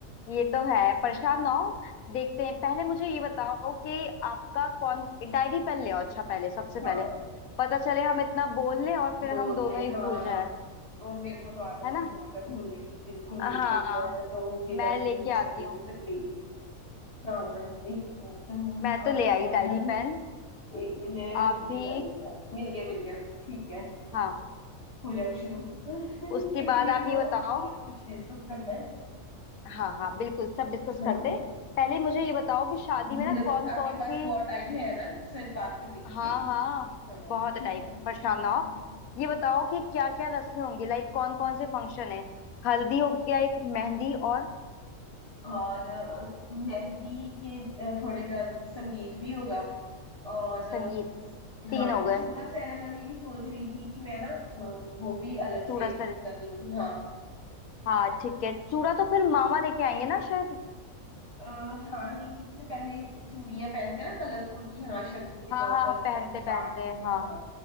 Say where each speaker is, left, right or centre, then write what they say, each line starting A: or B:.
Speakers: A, on the left; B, on the left.
A: ये तो है परेशान
B: <laughs>
A: ना हो देखते हैं पहले मुझे ये बताओ कि आपका कौन डायरी पेन ले आओ अच्छा पहले सबसे पहले
B: हाँ
A: पता चले हम इतना बोल लें और फिर
B: बोलने
A: हम दोनों ही
B: हाँ
A: भूल जाए
B: और मेरे को तो आदत
A: है ना
B: भी बहुत है भूलने की बिल्कुल
A: हाँ
B: बिल्कुल मैं तो बिना
A: मैं
B: लिखे
A: लेके
B: कुछ
A: आती
B: कर ही
A: हूँ
B: नहीं सकती हाँ एक मिनट हम्म,
A: मैं
B: कहाँ
A: तो ले
B: है
A: आई
B: जर्नल
A: डायरी पेन
B: एक मिनट
A: आप
B: ये
A: भी
B: रहा, ये रहा। मिल गया मिल गया ठीक है
A: हाँ
B: हो जाओ शुरू <laughs> क्योंकि
A: उसके बाद
B: मेरे
A: आप ये
B: को
A: बताओ
B: बहुत कुछ डिस्कस करना है
A: हाँ हाँ बिल्कुल सब डिस्कस
B: हाँ
A: करते हैं। पहले मुझे ये बताओ कि शादी
B: मुझे
A: में ना
B: लग
A: कौन
B: आपके
A: कौन सी
B: पास बहुत टाइम है ना मेरे साथ बात करने के लिए
A: हाँ हाँ
B: हाँ
A: बहुत
B: ठीक
A: टाइम
B: है
A: परेशान ना
B: हाँ
A: हो
B: हाँ
A: ये बताओ कि क्या क्या रस्में होंगी लाइक कौन कौन से फंक्शन है हल्दी हो गया एक मेहंदी और
B: और अ, मेहंदी के अ, थोड़े गान संगीत भी होगा और
A: संगीत
B: अ, इस
A: तीन
B: हाँ
A: हो गए
B: चूड़ा सेरेमनी भी सोच रही थी कि मैं ना अ, वो भी अलग
A: चूड़ा
B: से एक
A: सर
B: दिन कर लूँ हाँ
A: हाँ ठीक है चूड़ा तो फिर मामा लेके आएंगे ना शायद
B: आ, हाँ लेकिन उससे पहले चूड़ियां पहनते हैं ना कलरफुल की हाँ शगुन के
A: हाँ
B: तौर
A: हाँ
B: पर
A: पहनते
B: अब स्टार्ट
A: पहनते
B: हो गया
A: हाँ
B: है हाँ